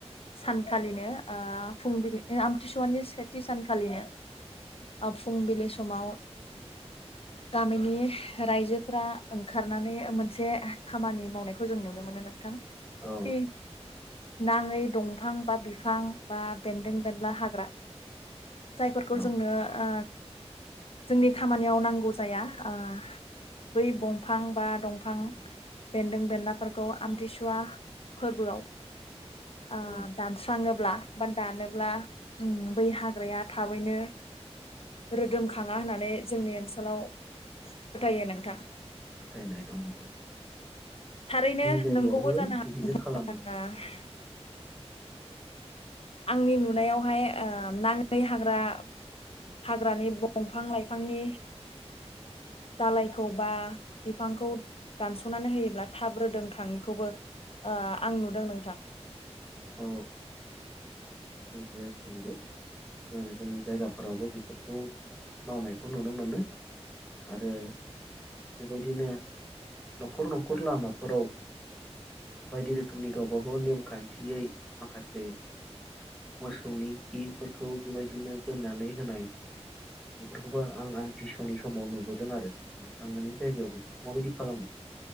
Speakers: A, on the left; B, in the centre.
A: सानखालिनो। ओ फुंबिलि <unintelligible> आथिसुवानि सेथि सानखालिनो फुंबिलि समाव गामिनि रायजोफोरा ओंखारनानै मोनसे खामानि मावनायखौ जों नुनो मोनो नोंथां।
B: औ
A: के नांङै दंफां बा बिफां बा बेन्दों बेनला हाग्रा जायफोरखौ
B: औ
A: जोंनो ओ जोंनि खामानियाव नांगौ जाया ओ बै दंफां बा दंफां बिफां बेन्दों बेनलाफोरखौ आमथिसुवा फोरबोआव आ
B: औ
A: दानस्रां थांङोब्ला बा दानोब्ला उम बै हाग्राया थाबैनो रोदोमखांङा होननानै जोंनि ओनसोलाव फोथायो नोंथां।
B: फोथायनाय दं।
A: थारैनो
B: जायगायावबो
A: नोंगौबो जानो
B: बिदिनो
A: <unintelligible>
B: खालामो
A: आंनि नुनायावहाय ओ नांङै हाग्रा हाग्रानि बंफां लाइफांनि दालायखौ बा बिफांखौ दानस'नानै होयोब्ला थाब रोदोम खांङैखौबो ओ आं नुदों नोंथां।
B: अ बियो नंगौ ओ जोंनि जायगाफोरावबो बेफोरखौ मावनायखौ नुनो मोनो आरो बे बायदिनो न'खर न'खर लामाफोराव बायदि रोखोमनि गावबा गाव नेमखान्थियै माखासे मोसौनि खिफोरखौ बे बायदिनो दोननानै होनाय बेफोरखौबो आं आमथिसुवानि समाव नुबोदों। आरो नोंथांमोननि जायगायाव बेफोरखौ मा बायदि खालामो?